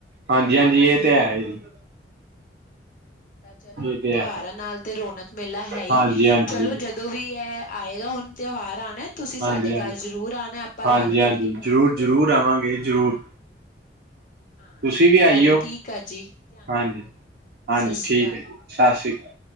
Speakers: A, on the right; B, on the left.
A: ਹਾਂਜੀ -ਹਾਂਜੀ,
B: ਹਨਾ।
A: ਇਹ ਤੇ ਹੈ ਜੀ।
B: ਤਾਂ ਚਲੋ,
A: ਇਹ ਤੇ
B: ਤਿਉਹਾਰਾਂ
A: ਹੈ
B: ਨਾਲ ਤੇ ਰੌਣਕ ਮੇਲਾ ਹੈ ਹੀ,
A: ਹਾਂਜੀ ਹਾਂਜੀ ਹਾਂਜੀ
B: ਚਲੋ ਜਦੋਂ ਵੀ ਐ ਆਏਗਾ, ਹੁਣ ਤਿਉਹਾਰ ਆਉਣਾ, ਤੁਸੀਂ ਸਾਡੇ
A: ਹਾਂਜੀ
B: ਘਰ ਜ਼ਰੂਰ ਆਉਣਾ, ਆਪਾਂ
A: ਹਾਂਜੀ
B: ਰਲ-
A: ਹਾਂਜੀ
B: ਮਿਲ ਕੇ ਮਨਾਵਾਂਗੇ।
A: ਜ਼ਰੂਰ ਜ਼ਰੂਰ ਆਵਾਂਗੇ, ਜਰੂਰ।
B: ਹਾਂ
A: ਤੁਸੀਂ ਵੀ ਆਈਓ,
B: ਚਲੋ ਠੀਕ ਆ ਜੀ ਧਿਆਨ
A: ਹਾਂਜੀ,
B: ਰੱਖੋ
A: ਹਾਂਜੀ
B: ਸਤਿ ਸ੍ਰੀ
A: ਠੀਕ
B: ਅਕਾਲ
A: ਹੈ ਜੀ, ਸਤਿ ਸ੍ਰੀ ਅਕਾਲ।